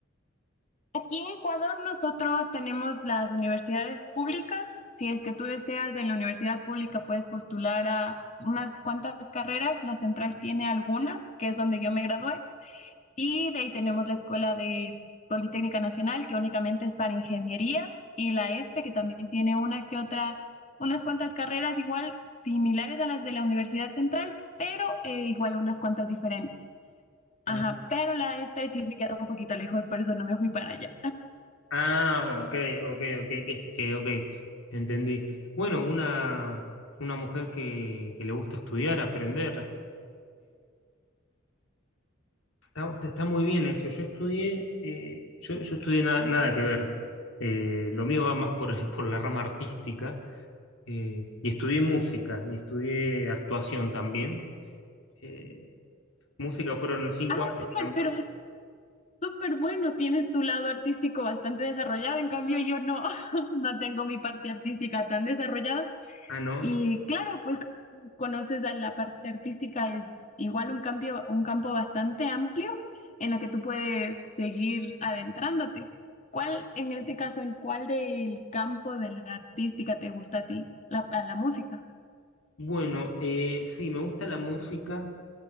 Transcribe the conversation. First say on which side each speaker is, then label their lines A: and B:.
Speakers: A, on the left; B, on the left.
A: Aquí en Ecuador nosotros tenemos las universidades públicas. Si es que tú deseas en la universidad pública puedes postular a unas cuantas carreras. La central tiene algunas, que es donde yo me gradué. Y de ahí tenemos la Escuela de Politécnica Nacional, que únicamente es para ingenierías, y la ESPE, que también tiene una que otra, unas cuantas carreras igual similares a las de la Universidad Central, pero eh, igual unas cuantas diferentes. Ajá,
B: Ah,
A: pero la ESPE sí me queda un poquito lejos, por eso no me fui para allá.
B: ah, ok, ok, ok, es- eh, ok, entendí. Bueno, una, una mujer que, que le gusta estudiar, aprender. Está, está- está muy bien eso. Yo estudié, eh, yo, yo estudié na- nada que ver. Eh, lo mío va más por, <laughs> por la rama artística. eh, y estudié música, y estudié actuación también. Eh, música fueron los cinco
A: Ah,
B: años
A: súper,
B: también.
A: pero es súper bueno. Tienes tu lado artístico bastante desarrollado. En cambio, yo no, <laughs> no tengo mi parte artística tan desarrollada.
B: Ah, ¿no?
A: Y claro, pues conoces a la parte artística es igual un cambio, un campo bastante amplio en la que tú puedes seguir adentrándote. ¿Cuál, en ese caso, en cuál del campo de la artística te gusta a ti? La, a la música.
B: Bueno, eh, sí, me gusta la música